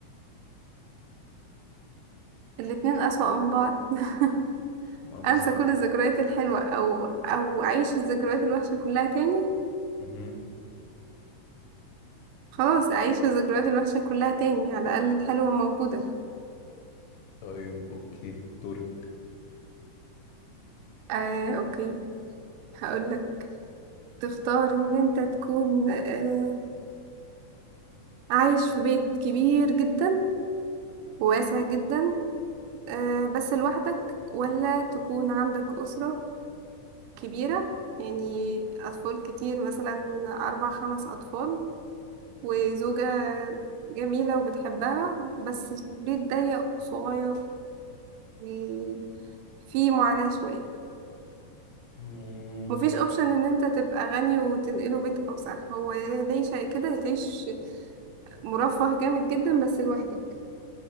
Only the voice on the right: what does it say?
الاتنين اسوأ من بعض <laughs>
انسى كل الذكريات الحلوة او او اعيش الذكريات الوحشة كلها تاني
خلاص اعيش الذكريات الوحشة كلها تاني على الاقل الحلوة موجودة
آه، اوكي هقول لك تختار ان انت تكون آه، عايش في بيت كبير جدا وواسع جدا آه، بس لوحدك ولا تكون عندك أسرة كبيرة يعني أطفال كتير مثلا أربع خمس أطفال وزوجة جميلة وبتحبها بس بيت ضيق صغير و- فيه معاناة شوية
مفيش اوبشن ان انت تبقى غني وتنقله بيت اوسع هو يا تعيش كده يا تعيش مرفه جامد جدا بس لوحدك